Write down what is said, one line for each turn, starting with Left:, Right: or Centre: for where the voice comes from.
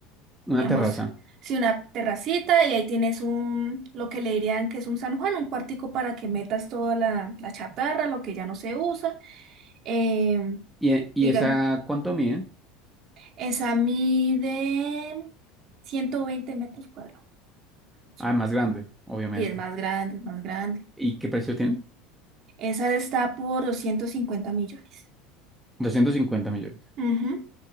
Centre: Una
Right: Digamos,
Centre: terraza.
Right: si una terracita y ahí tienes un, lo que le dirían que es un San Juan, un cuartico para que metas toda la, la chatarra, lo que ya no se usa Eh,
Centre: ¿Y, e- y
Right: diga,
Centre: esa cuánto mide?
Right: esa mide 120 metros cuadrados, más
Centre: Ah,
Right: o menos.
Centre: más grande, obviamente.
Right: Y es más grande, es más grande.
Centre: ¿Y qué precio tiene?
Right: Esa está por 250 millones.
Centre: doscientos cincuenta millones.
Right: Ujú.